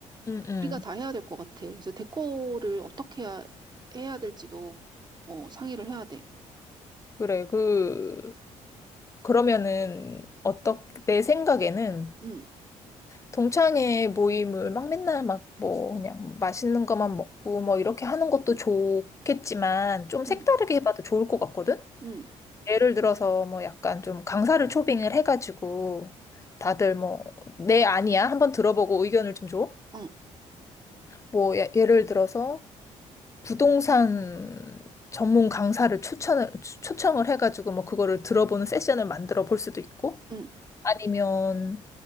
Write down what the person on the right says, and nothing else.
우리가 다 해야 될 것 같아. 그래서 데코를 어떻게 해야, 해야 될지도 어, 상의를 해야 돼.
응,
응,
응,
응,
응,